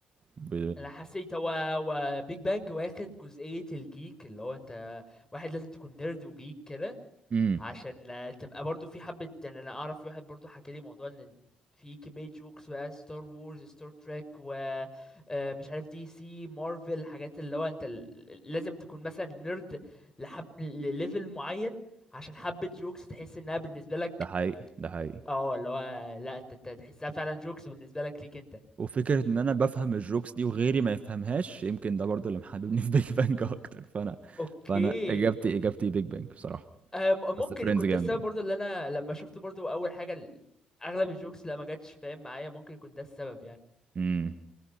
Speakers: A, on the right; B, on the left.
A: ب...
B: انا حسيت هو وبيج بانج واخد جزئية الجيك اللي هو انت واحد لازم تكون نيرد وجيك كده
A: امم
B: عشان آه، تبقى برضو في حبة يعني انا اعرف في واحد برضو حكى لي موضوع ان في كمية جوكس بقى ستار وورز ستار تريك و آه، مش عارف دي سي مارفل حاجات اللي هو انت ال- لازم تكون مثلا نيرد لحب لليفل معين عشان حبة جوكس تحس انها بالنسبة لك
A: ده حقيقي ده حقيقي
B: اه اللي هو لا انت أنت تحسها فعلا جوكس بالنسبة لك ليك انت
A: وفكرة إن أنا بفهم الجوكس دي وغيري ما يفهمهاش يمكن ده برضو اللي محببني في بيج بانج <laughs> أكتر فأنا
B: اوكي
A: فأنا إجابتي إجابتي بيج بانج بصراحة
B: آه، م-
A: بس
B: ممكن
A: فريندز
B: يكون
A: جامد
B: ده السبب
A: برضو
B: برضو اللي انا لما شفت برضو اول حاجه ال- اغلب الجوكس لا ما جاتش فاهم معايا ممكن يكون ده السبب يعني
A: امم